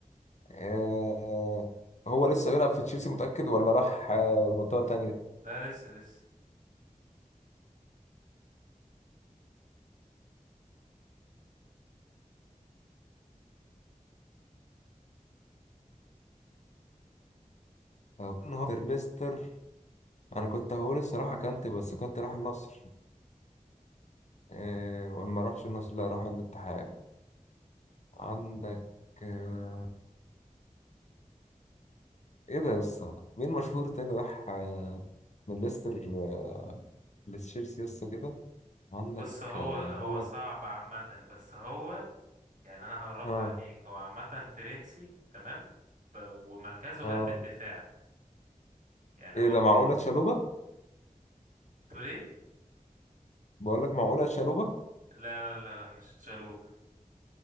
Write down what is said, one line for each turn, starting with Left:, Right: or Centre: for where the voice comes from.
Left: آه. هو لسه بيلعب في تشيلسي متاكد ولا راح آه، منطقه تانية
Right: لا لسه لسه
Left: أو هو ليستر انا كنت هقول الصراحه كانت بس كنت راح النصر إيه وما راحش النصر لا راح الاتحاد عندك آه، ايه ده يا اسطى مين مشهور تاني راح آه، من ليستر آه، لتشيلسي يا اسطى كده عندك
Right: بص هو
Left: آه،
Right: هو
Left: هو
Right: صعب عامه بس هو يعني انا هقربها
Left: اه
Right: عليك هو عامه فرنسي تمام ب- ومركزه
Left: اه
Right: قلب الدفاع يعني
Left: ايه
Right: هو
Left: ده
Right: فرنسي
Left: معقوله تشالوبا
Right: بتقول ايه
Left: بقول لك معقوله تشالوبا
Right: لا لا لا مش تشالوب